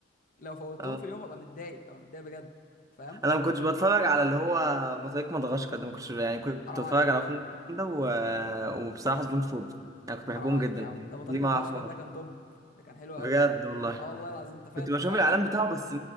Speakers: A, on the left (about 45°); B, on the right (about 20°).
A: لو فوتهم
B: آه.
A: في اليوم ابقى متضايق ابقى متضايق بجد فاهم
B: انا ما كنتش بتفرج على اللي هو بطريق مدغشقر ده ما كنتش يعني كنت
A: حرام
B: بتفرج
A: عليك
B: على افلام ده و... وبصراحه سبونج بوب انا كنت بحبهم
A: حرام عليك
B: جدا
A: يا
B: لكن
A: عم ده بطريق
B: دي ما
A: مدغشقر
B: اعرفهاش
A: ده كان توب ده كان حلو
B: بجد
A: قوي
B: والله
A: اه والله العظيم انت فاتك
B: كنت بشوف
A: بقى
B: الاعلان
A: يا عم
B: بتاعه بس